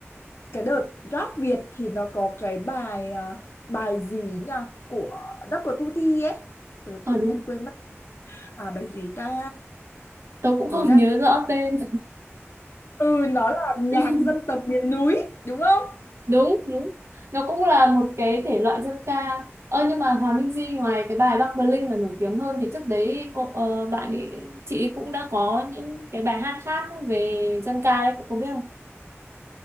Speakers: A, on the left; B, on the right.
A: cái đợt rap Việt thì nó có cái bài à, bài gì nhỉ của Double 2T ấy tớ
B: Ờ
A: tự
B: đúng,
A: nhiên quên mất à bài gì ta
B: tôi cũng
A: tớ
B: không
A: đang
B: <laughs> nhớ rõ tên.
A: ừ nó là nhạc
B: <laughs>
A: dân tộc miền núi đúng không
B: đúng đúng nó cũng là một cái thể loại dân ca ơ nhưng mà Hoàng Minh Di ngoài cái bài Bắc Bling là nổi tiếng hơn thì trước đấy cô ờ, bạn ấy, chị ấy cũng đã có những cái bài hát khác về dân ca đấy cô có biết không